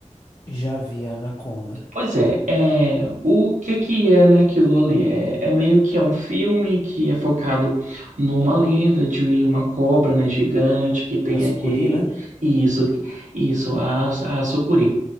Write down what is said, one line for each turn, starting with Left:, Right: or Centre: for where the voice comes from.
Left: Já vi a anaconda.
Right: Pois é, é, o que que é, né, aquilo ali? É, é meio que é um filme que é focado numa lenda de uma cobra, né, gigante que tem
Left: Da sucuri,
Right: aqui
Left: né?
Right: isso, isso, a, a sucuri.